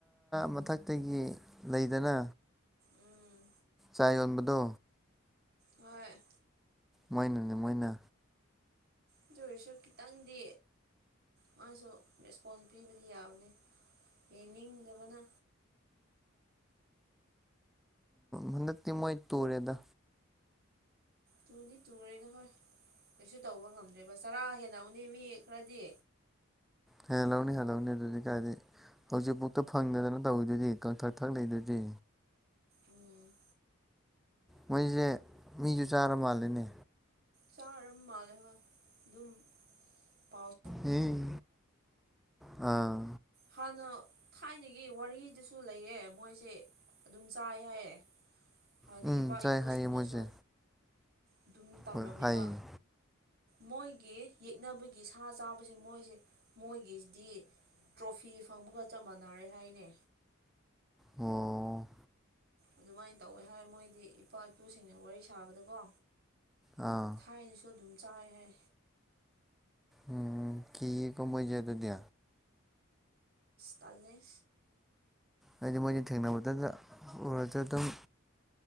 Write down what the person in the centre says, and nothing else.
ꯃꯊꯛꯇꯒꯤ ꯂꯩꯗꯅ
ꯀꯥꯏ ꯌꯣꯟꯕꯗꯣ
ꯃꯣꯏꯅꯅꯦ ꯃꯣꯏꯅ
ꯍꯟꯗꯛꯇꯤ ꯃꯣꯏ ꯇꯨꯔꯦꯗ
ꯍꯦ ꯂꯧꯅꯤ ꯍꯥꯏ ꯂꯧꯅꯤ ꯑꯗꯨꯗꯤ ꯀꯥꯏꯗꯤ ꯍꯧꯖꯤꯛꯐꯥꯎꯗ ꯐꯪꯗꯗꯅ ꯇꯧꯋꯤꯗꯨꯗꯤ ꯀꯪꯊꯛ ꯊꯛ ꯂꯩꯗꯨꯗꯤ
ꯃꯣꯏꯁꯦ ꯃꯤꯁꯨ ꯆꯥꯔ ꯃꯥꯜꯂꯤꯅꯦ
ꯎꯝ ꯑꯥ
ꯎꯝ
ꯆꯥꯏ
ꯍꯥꯏꯌꯦ ꯃꯣꯏꯁꯦ
ꯍꯣꯏ ꯍꯥꯏꯌꯦ
ꯑꯣ
ꯑꯥ
ꯎꯝ ꯀꯤ ꯀꯃꯣꯏꯁꯦ ꯑꯗꯨꯗꯤ
ꯍꯥꯏꯗꯤ ꯃꯣꯏꯅ ꯊꯦꯡꯅꯕꯗ ꯎꯔꯁꯨ ꯑꯗꯨꯝ